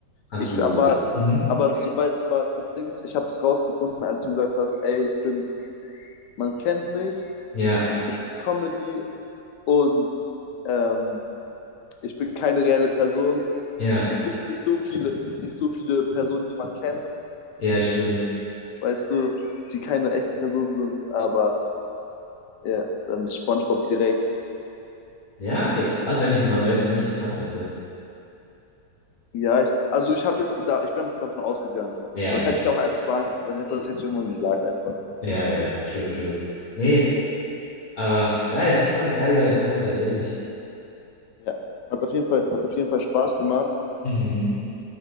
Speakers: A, on the left (about 55°); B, on the left (about 80°).
A: Hast
B: Ich,
A: du,
B: aber, Hast du?
A: mhm.
B: aber Mhm. sobald, aber das Ding ist, ich habe es rausgefunden, als du gesagt hast, ey, ich bin, man kennt mich,
A: Ja.
B: ich bin Comedy und ähm, ich bin keine reelle Person.
A: Ja,
B: Es gibt nicht so viele, es gibt nicht so viele Personen, die man kennt,
A: Ja, stimmt.
B: weißt du, die keine echte Person sind, aber ja, dann SpongeBob direkt.
A: Ja, okay. Was, wenn ich Manuelsen nicht gekannt hätte?
B: Ja, ich, also ich habe jetzt gedacht, ich bin davon ausgegangen.
A: Ja,
B: Das
A: okay.
B: hätte ich auch einfach sagen, dann hätte, das hätte ich irgendwann gesagt einfach.
A: Ja, ja, true, true. Nee, aber geil. Das war eine geile Runde. Wer bin ich?
B: Ja, hat auf jeden Fall, hat auf jeden Fall Spaß gemacht.
A: Mhm.